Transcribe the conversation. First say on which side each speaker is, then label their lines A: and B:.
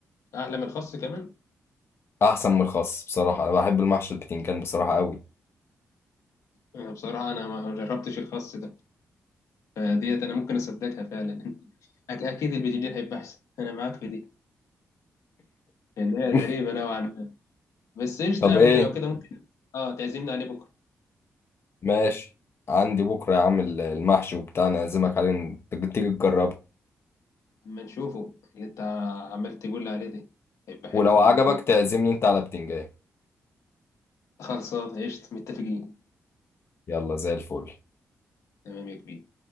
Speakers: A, on the left; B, on the left.
A: احلى من الخاص كمان
B: أحسن من الخاص بصراحة أنا بحب المحشي البتنجان بصراحة قوي
A: انا بصراحه انا ما جربتش الخاص ده فديت انا ممكن اصدقها فعلا <laughs> أك- اكيد البتنجان هيبقى احسن انا معاك في دي لان هي
B: <laughs>
A: غريبه نوعا ما بس ايش
B: طب
A: يعني
B: إيه
A: انت لو كده ممكن اه تعزمنا عليه بكره
B: ماشي عندي بكرة يا عم المحشي وبتاع أنا أعزمك عليه تيجي تيجي تجربه
A: اما نشوفه اللي انت عمال تقول لي عليه ده هيبقى
B: ولو
A: حلو ولا
B: عجبك
A: ايه الدنيا
B: تعزمني أنت على بتنجان
A: خلصان قشطه متفقين
B: يلا زي الفل
A: تمام يا كبير